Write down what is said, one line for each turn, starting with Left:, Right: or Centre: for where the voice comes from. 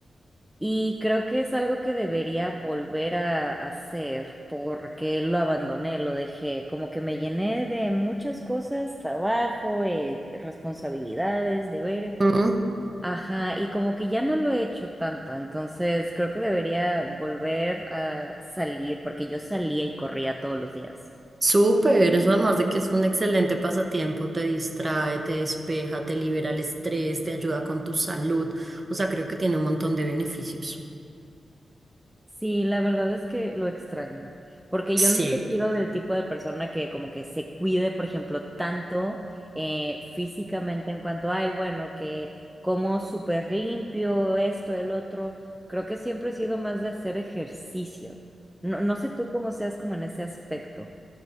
Centre: Y creo que es algo que debería volver a hacer porque lo abandoné, lo dejé, como que me llené de muchas cosas, trabajo, eh, responsabilidades, deberes.
Right: Mm,
Centre: Ajá, y como que ya no lo he hecho tanto, entonces creo que debería volver a salir porque yo salía y corría todos los días.
Right: Súper, eso además de que es un excelente pasatiempo, te distrae, te despeja, te libera el estrés, te ayuda con tu salud, o sea, creo que tiene un montón de beneficios.
Centre: Sí, la verdad es que lo extraño, porque
Right: Sí.
Centre: yo nunca he sido del tipo de persona que como que se cuide, por ejemplo, tanto eh, físicamente en cuanto, ay, bueno, que como súper limpio, esto, el otro. Creo que siempre he sido más de hacer ejercicio. No, no sé tú cómo seas como en ese aspecto.